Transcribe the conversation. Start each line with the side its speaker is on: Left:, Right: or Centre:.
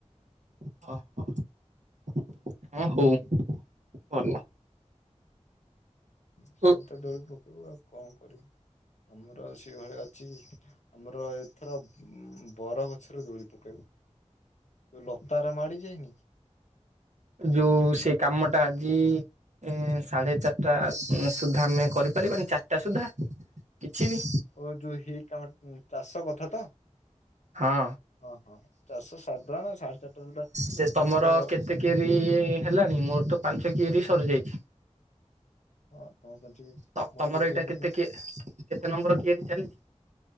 Right: ଓ ହ ଅଁ ହୋଉ ଭଲା।
Left: ସେମିତି
Right: ଓ
Left: ତ ଡୋଳି ପକେଇବୁ ଆଉ କଁ କରିବୁ ଆମର ଆଉ ସେଇ ଭଳିଆ ଅଛି? ଆମର ଏଥର ବୁଁ ବର ଗଛରେ ଦୋଳି ପକେଇବୁ। ଯୋଉ ଲତା ଉରା ମାଡି ଯାଇନି?
Right: ଯୋଉ ସେଇ କାମଟା ଆଜି ଉଁ ସାଢେ ଚାଟା ଉଁ ସୁଦ୍ଧା ଆମେ କରିପାରିବାନି ଚାଟା ସୁଦ୍ଧା? କିଛି ବି।
Left: ଓ ଯୋଉ ହେଇ କାମ ଉଁ ଚାଷ କଥା ତ?
Right: ହଁ
Left: ଅଁ ହଁ ଚାଷ ସାରିଦବାନା ସାଢ଼ ଚାର୍ଟା ରେ ଗୋଟା
Right: ସେ ତମର
Left: ମୁଁ ତ
Right: କେତେ କିଆରି ହେଲାଣି? ମୋର ତ ପାଞ୍ଚ କିଆରି ସରିଯାଇଛି।
Left: ହଁ ତମ ପାଞ୍ଚ
Right: ତ
Left: ମୋର
Right: ତମର ଏଇଟା
Left: ସେଇ
Right: କେତେ କି କେତେ ନମ୍ବର କିଆରି ଚାଲିଚି।